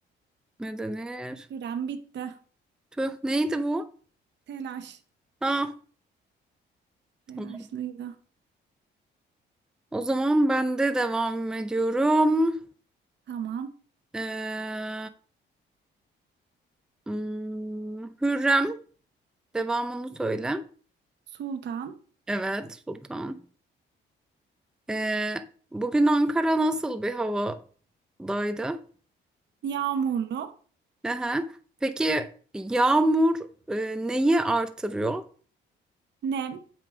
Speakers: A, in the centre; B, on the right.
A: Ne denir?
B: Süren bitti.
A: Tüh, neydi bu?
B: Telaş.
A: Ah, tamam.
B: Telaşlıydı.
A: O zaman ben de devam ediyorum.
B: Tamam.
A: Ee, hmm, Hürrem, devamını söyle.
B: Sultan.
A: Evet, Sultan. Ee, bugün Ankara nasıl bir havadaydı?
B: Yağmurlu.
A: Aha. Peki yağmur e, neyi artırıyor?
B: Nem.